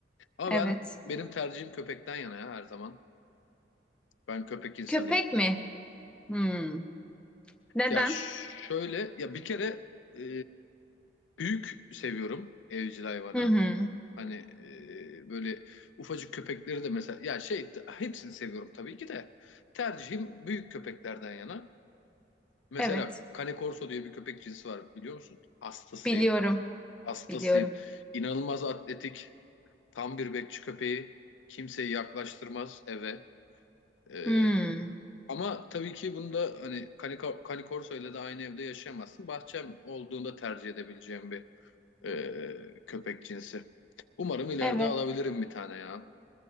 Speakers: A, on the left; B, in the centre.
A: Ama
B: Evet.
A: ben benim tercihim köpekten yana ya her zaman. Ben köpek insanıyım.
B: Köpek mi? Hmm. Neden?
A: Ya ş- şöyle ya bir kere e, büyük seviyorum evcil hayvanı.
B: Hı hı.
A: Hani e, böyle ufacık köpekleri de mesela ya şey t- hepsini seviyorum tabii ki de tercihim büyük köpeklerden yana. Mesela
B: Evet.
A: Cane Corso diye bir köpek cinsi var biliyor musun? Hastasıyım.
B: Biliyorum.
A: Hastasıyım.
B: Biliyorum.
A: İnanılmaz atletik. Tam bir bekçi köpeği. Kimseyi yaklaştırmaz eve. Ee,
B: Hmm.
A: ama tabii ki bunda hani Canico- Canicorso ile de aynı evde yaşayamazsın. Bahçem olduğunda tercih edebileceğim bir e, köpek cinsi. Umarım ileride
B: Evet.
A: alabilirim bir tane ya.